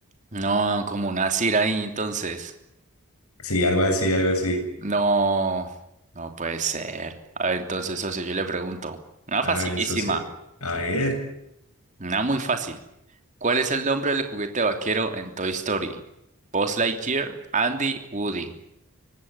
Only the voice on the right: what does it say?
No, como una Cira ahí, entonces.
No, no puede ser. A ver, entonces, socio, yo le pregunto. Una
facilísima,
una muy fácil. ¿Cuál es el nombre del juguete vaquero en Toy Story? Buzz Lightyear, Andy, Woody.